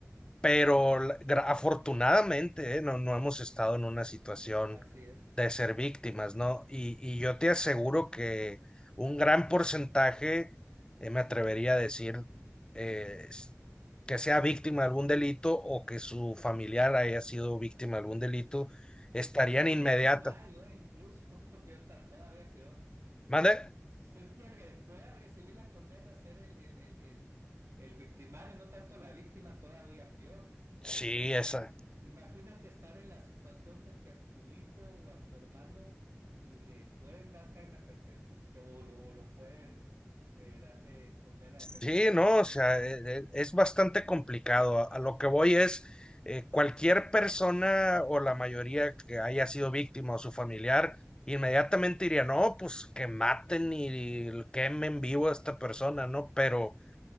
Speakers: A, on the left (about 20°); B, on the right (about 55°).
A: pero la- gra- afortunadamente, eh, no, no hemos estado en una situación
B: Así es.
A: de ser víctimas, ¿no? Y, y yo te aseguro que un gran porcentaje, eh, me atrevería a decir, eh, s- que sea víctima de algún delito o que su familiar haya sido víctima de algún delito, estarían
B: O Ser
A: inmediata.
B: victimario, eh, incluso, <laughs> peor, está todavía peor.
A: ¿Mande?
B: Ser quien re- pueda recibir la condena, ser el, el, el, el, el victimario, no tanto la víctima, todavía peor.
A: Sí,
B: O sea, es-
A: esa,
B: imagínate estar en la situación de que a tu hijo o a tu hermano le pueden dar cadena perpetua, que- o lo, o lo pueden eh, darle condena
A: Sí,
B: de pena de muerte.
A: no, o sea,
B: O sea,
A: e- e- es bastante complicado. A a lo que voy es, eh, cualquier persona o la mayoría que haya sido víctima o su familiar, inmediatamente diría, no, pues que maten y, y quemen vivo a esta persona, ¿no? Pero